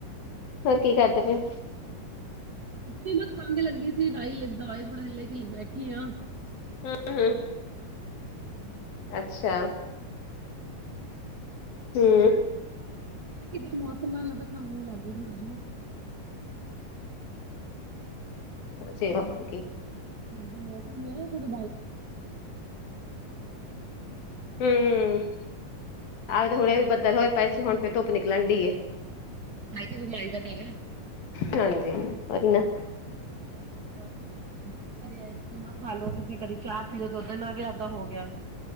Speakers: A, on the left (about 90°); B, on the right (about 45°).
A: ਹੋਰ, ਕੀ ਕਰਦੇ ਫਿਰ?
B: ਬੜੀ ਖੰਘ ਲੱਗੀ ਸੀ, ਰਾਈ ਦਵਾਈ ਥੋੜਾ ਜਿਹੀ ਲੈ ਕੇ ਬੈਠੀ ਆ
A: ਹਮ-ਹਮ
B: ਹਮ
A: ਅੱਛਾ ਹਮ
B: ਕਿੱਦਾਂ ਮੌਸਮ ਨਾਲ, ਦਿਖ ਖਾਣ ਲਗ ਗਿਆ ਥੋੜਾ ਜੇਹਾ
A: ਸੇਵਾ ਹੋਰ ਕੀ
B: ਹਾਂਜੀ, ਮੌਸਮ ਹੀ ਹੈ ਨਾ ਥੋੜੇ
A: ਹਮ।
B: <unintelligible>
A: ਹਾਂਜੀ, ਆ ਹੀ ਨਾ
B: <unintelligible> ਕਦੀ ਆਈਸਕ੍ਰੀਮਾਂ ਖਾ ਲੋ ਤੇ ਫਿਰ ਕਦੀ ਚਾਹ ਪੀਟ ਦੁੱਧ ਨਾਲ ਵੀ ਇੱਦਾਂ ਹੋ ਗਿਆ